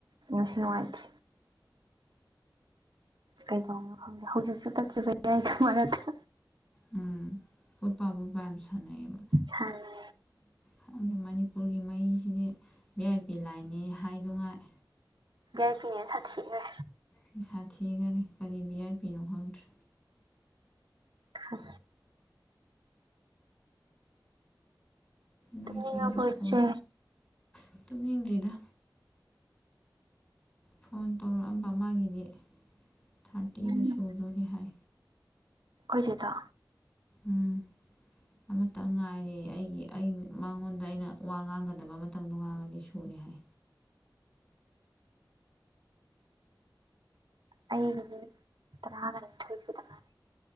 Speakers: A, on the right; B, on the left.
A: ꯉꯁꯤ ꯅꯨꯡꯉꯥꯏꯇꯦ ꯀꯩꯗꯧꯔꯕꯅꯣ ꯈꯪꯗꯦ ꯍꯧꯖꯤꯛꯁꯨ ꯇꯛꯈꯤꯕ ꯌꯥꯏꯒ ꯃꯔꯛꯇ
B: ꯎꯝ ꯐꯨꯠ ꯐꯥꯠ ꯌꯥꯝ ꯁꯥꯟꯅꯩꯌꯦꯕ
A: ꯁꯥꯟꯅꯩ
B: ꯈꯪꯗꯦ ꯃꯅꯤꯄꯨꯔꯒꯤ ꯃꯩꯁꯤꯗꯤ ꯚꯤ ꯑꯥꯏ ꯄꯤ ꯂꯥꯏꯟꯅꯤ ꯍꯥꯏꯗꯨꯉꯥꯏ
A: ꯏ ꯄꯤꯅꯦꯅ ꯁꯥꯊꯤꯈ꯭ꯔꯦ
B: ꯄꯩꯁꯥ ꯊꯤꯈꯔꯦ ꯀꯔꯤ ꯕꯤꯌꯥꯏꯕꯤꯤꯅꯣ ꯈꯪꯗ꯭ꯔꯦ
A: ꯍ
B: ꯅꯣꯏꯆ
A: ꯇꯨꯝꯅꯤꯡꯉꯕꯣ
B: ꯑꯩꯁꯨ ꯐꯣꯟ
A: ꯏꯆꯦ
B: ꯑꯗꯨꯝ ꯌꯦꯡꯗ꯭ꯔꯤꯗ ꯐꯣꯟ ꯇꯧꯔꯛꯑꯝꯕ ꯃꯥꯒꯤꯗꯤ ꯊꯥꯔꯇꯤꯗꯨ
A: ꯑꯩꯈꯣꯏ
B: ꯁꯨꯗꯣꯣꯔꯦ ꯍꯥꯏ
A: ꯑꯩꯈꯣꯏꯁꯤꯦꯗ
B: ꯎꯝ ꯑꯃꯇ ꯉꯥꯏꯔꯦ ꯑꯩꯒꯤ ꯑꯩ ꯃꯉꯣꯟꯗ ꯑꯩꯅ ꯋꯥ ꯉꯥꯡꯒꯗꯕ ꯃꯇꯝꯗꯣ ꯉꯥꯡꯉꯗꯤ ꯁꯨꯔꯦ ꯍꯥꯏ
A: ꯑꯩꯒꯤ ꯃꯤ ꯇꯔꯥꯒ ꯅꯤꯊꯣꯏꯐꯨꯗꯉꯥꯏ